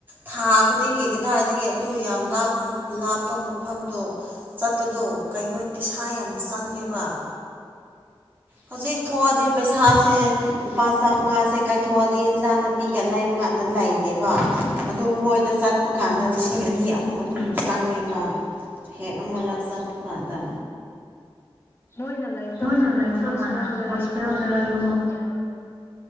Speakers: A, on the right (about 20°); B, on the left (about 25°).
A: ꯊꯥ ꯈꯨꯗꯤꯡꯒꯤ ꯀꯗꯥꯏꯗꯒꯤ ꯑꯗꯨ ꯌꯥꯝꯞ ꯂꯥꯞꯄ ꯃꯐꯝꯗꯣ ꯆꯠꯄꯗꯣ ꯀꯩꯅꯣ ꯄꯩꯁꯥ ꯌꯥꯝ ꯆꯪꯉꯦꯕ ꯍꯧꯖꯤꯛ ꯊꯣꯛꯑꯗꯤ ꯄꯩꯁꯥꯁꯦ ꯂꯨꯄꯥ ꯆꯥꯃꯉꯥꯁꯦ ꯀꯥꯏꯊꯣꯛꯑꯗꯤ ꯏꯟꯖꯥꯡꯅ ꯄꯤꯛꯀ ꯂꯩꯕ ꯀꯥꯟꯗ ꯂꯩꯗꯦꯕ ꯑꯗꯨ ꯃꯣꯏꯗ
B: ꯎꯝ
A: ꯆꯠꯄ ꯀꯥꯟꯗ ꯂꯤꯁꯤꯡ ꯑꯅꯤ ꯑꯍꯨꯝ ꯑꯗꯨꯛ ꯆꯥꯡꯉꯤꯕ ꯍꯦꯛ ꯑꯃꯨꯔꯛ ꯆꯠꯄ ꯀꯥꯟꯗ
B: ꯃꯣꯏꯅ ꯂꯩꯕꯗꯣ
A: ꯃꯣꯏꯅ
B: ꯍꯥꯟꯅ
A: ꯂꯩꯕꯗꯣ
B: ꯍꯣꯁꯇꯦꯜꯗꯔ
A: ꯍꯥꯟꯅ ꯍꯣꯁꯇꯦꯜꯗꯔ
B: ꯌꯨꯝ
A: ꯌꯨꯝ
B: ꯀꯩꯅꯣ